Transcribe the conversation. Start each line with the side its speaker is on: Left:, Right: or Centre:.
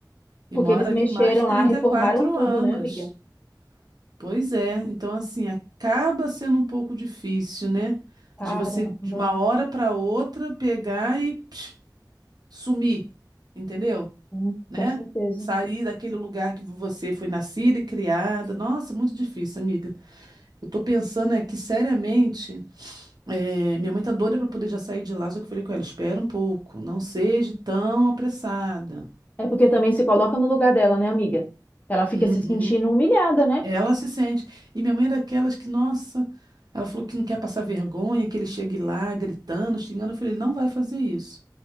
Right: E
Left: Porque
Right: mora
Left: eles mexeram
Right: ali mais de trinta
Left: lá, reformaram
Right: e quatro
Left: tudo,
Right: anos.
Left: né, amiga?
Right: Pois é, então assim, acaba sendo um pouco difícil, né?
Left: Caramba,
Right: De você, de uma hora para outra, pegar e psh, sumir, entendeu?
Left: hum,
Right: Né?
Left: com certeza.
Right: Sair daquele lugar que você foi nascida e criada. Nossa, muito difícil, amiga. Eu tô pensando é que, seriamente, é, minha mãe tá doida para poder já sair de lá, só que eu falei com ela, espera um pouco, não seja tão apressada.
Left: É porque também se coloca no lugar dela, né, amiga? Ela fica
Right: Uhum.
Left: se sentindo humilhada, né?
Right: Ela se sente. E minha mãe era daquelas que, nossa, ela falou que não quer passar vergonha, que ele chegue lá gritando, xingando. Eu falei, ele não vai fazer isso.